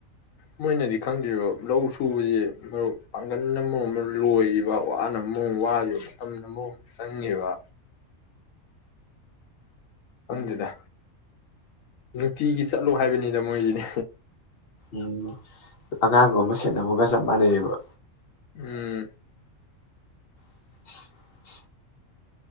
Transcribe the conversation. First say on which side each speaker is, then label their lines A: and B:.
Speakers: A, on the left; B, on the left.
A: ꯃꯣꯏꯅꯗꯤ ꯈꯪꯗ꯭ꯔꯤꯕ ꯂꯧ ꯁꯨꯕꯁꯦ ꯃꯔꯨꯞ ꯄꯥꯡꯒꯜ ꯑꯃ ꯑꯃ ꯂꯣꯏꯔꯤꯕ ꯋꯥꯅ ꯃꯑꯣꯡ ꯋꯥꯔꯤꯕ ꯃꯇꯝꯅ ꯃꯔꯑꯣ ꯑꯃ ꯆꯪꯉꯦꯕ ꯑꯗꯨꯗꯨꯗ ꯅꯨꯡꯇꯤꯒꯤ ꯆꯠꯂꯣ ꯍꯥꯏꯕꯅꯤꯗ ꯃꯣꯏꯁꯤꯗꯤ
B: ꯎꯝ ꯑꯉꯥꯡꯒꯨꯝꯕ ꯁꯦꯅꯕꯒ ꯆꯞ ꯃꯥꯟꯅꯩꯑꯕ
A: ꯎꯝ
B: <inaudible>